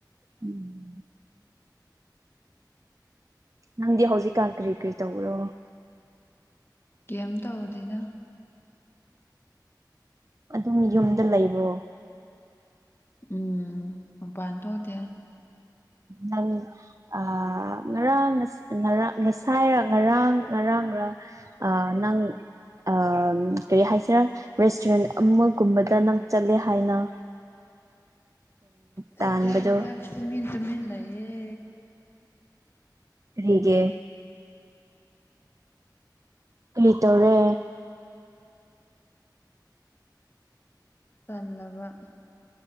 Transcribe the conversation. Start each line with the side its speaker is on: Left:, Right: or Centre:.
Right: ꯎꯝ ꯅꯪꯗꯤ ꯍꯧꯖꯤꯛꯀꯥꯟ ꯀꯔꯤ ꯀꯔꯤ ꯇꯧꯕꯔꯣ
Left: ꯀꯝ ꯇꯧꯗꯦꯗ
Right: ꯑꯗꯨꯝ ꯌꯨꯝꯗ ꯂꯩꯕꯣ
Left: ꯎꯝ ꯃꯄꯥꯟ ꯊꯣꯛꯇꯦ
Right: ꯅꯪ ꯑ ꯉꯔꯥꯡ ꯉꯔꯥꯡ ꯉꯁꯥꯏꯔ ꯉꯔꯥꯡ ꯉꯔꯥꯡ <unintelligible> ꯑ ꯀꯔꯤ ꯍꯥꯏꯁꯤꯔꯥ ꯔꯦꯁꯇꯨꯔꯦꯟ ꯑꯃꯒꯨꯝꯕꯗ ꯅꯪ ꯆꯠꯂꯦ ꯍꯥꯏꯅ <unintelligible>
Left: ꯆꯠꯇꯦ
Right: ꯇꯥꯟꯕꯗꯣ
Left: ꯍꯟꯗꯛꯇꯃꯤꯟ ꯇꯨꯃꯤꯟ ꯂꯩꯌꯦ
Right: ꯀꯔꯤꯒꯤ ꯀ ꯔꯤꯇꯧꯔꯦ
Left: ꯇꯟꯂꯕ